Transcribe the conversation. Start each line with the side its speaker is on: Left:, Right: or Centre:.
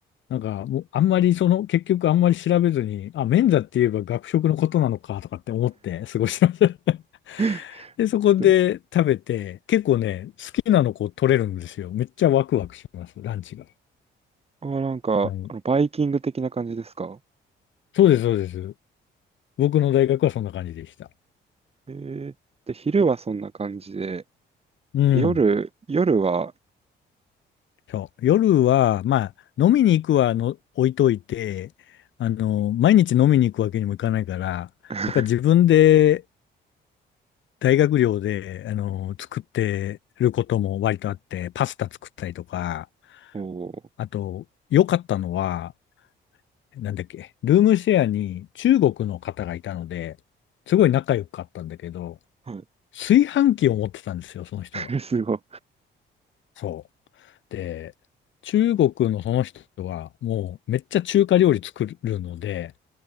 Left: なんか、もうあんまりその、結局あんまり調べずに、あ、免座って言えば学食のことなのかとかって思って過ごしてました。
Right: <laughs>
Left: <laughs> で、そこで食べて、
Right: で
Left: 結構ね、好きなのこう取れるんですよ。めっちゃワクワクします、ランチが。
Right: あー、なんか、
Left: うん、
Right: あの、バイキング的な感じですか
Left: そうです、そうです。僕の大学はそんな感じでした。
Right: えー、で、昼はそんな感じで、
Left: うん。
Right: で夜、夜は、
Left: そう。夜は、まあ、飲みに行くはの置いといて、あの、毎日飲みに行くわけにもいかないから、
Right: <laughs>
Left: やっぱり自分で大学寮で、あの、作ってることも割とあって、パスタ作ったりとか、
Right: おー
Left: あと、良かったのは、なんだっけ、ルームシェアに中国の方がいたので、すごい仲良かったんだけど、
Right: は
Left: 炊飯器を持ってたんですよ、その人が。
Right: い、<laughs> すごい。
Left: そう。で、中国のその人は、もうめっちゃ中華料理作るので、